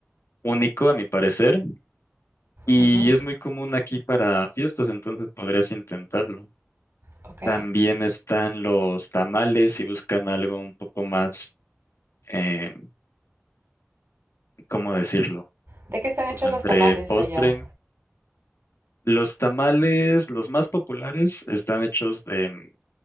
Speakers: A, on the left (about 75°); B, on the right (about 60°).
A: único a mi parecer y
B: Ujú,
A: es muy común aquí para fiestas, entonces podrías intentarlo.
B: Ok.
A: También están los tamales si buscan algo un poco más, eh, ¿cómo decirlo?
B: ¿De qué están
A: Como
B: hechos
A: entre
B: los tamales
A: postre.
B: allá?
A: Los tamales, los más populares, están hechos de,